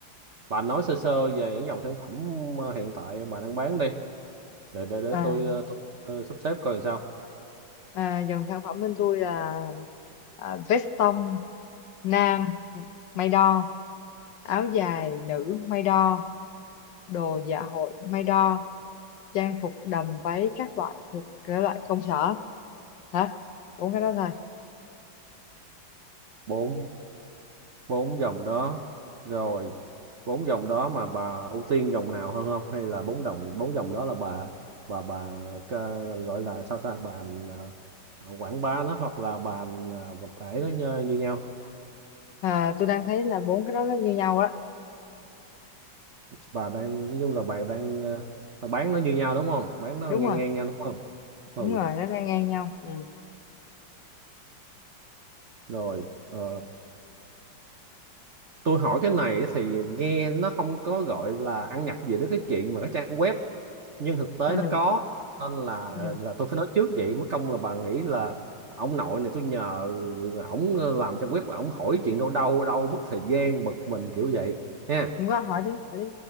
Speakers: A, on the right; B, on the left.
A: bạn nói sơ sơ về những dòng sản phẩm ờ, hiện tại bạn đang bán đi để để để
B: À,
A: tôi ờ, tôi ờ, sắp xếp coi làm sao
B: à, dòng sản phẩm bên tôi là à, veston nam may đo áo dài nữ may đo đồ dạ hội may đo trang phục đầm váy các loại thuộc cái loại công sở hả bốn cái đó thôi
A: bốn bốn dòng đó rồi bốn dòng đó mà bà ưu tiên dòng nào hơn không hay là bốn dòng bốn dòng đó là bà bà bà ca- gọi là sao ta bà ờ, ờ, quảng bá nó hoặc là bà ờ, bà ấy nó như, như nhau
B: à, tôi đang thấy là bốn cái đó nó như nhau á
A: bà đang nói chung là bà đang ờ, bà bán nó như nhau đúng không bán nó
B: đúng
A: ngang
B: rồi
A: ngang nhau đúng không ừ
B: đúng rồi nó đang ngang nhau ừ
A: rồi ờ, tôi hỏi cái này thì nghe nó không có gọi là ăn nhập gì đến cái chuyện mà cái trang web nhưng thực tế
B: ừ
A: nó có nên là
B: ừ
A: là tôi phải nói trước vậy mất công là bà nghĩ là ông nội này tôi nhờ ổng làm trang web ổng hỏi chuyện đâu đâu đâu mất thời gian bực mình kiểu vậy ha
B: không có hỏi đi hỏi đi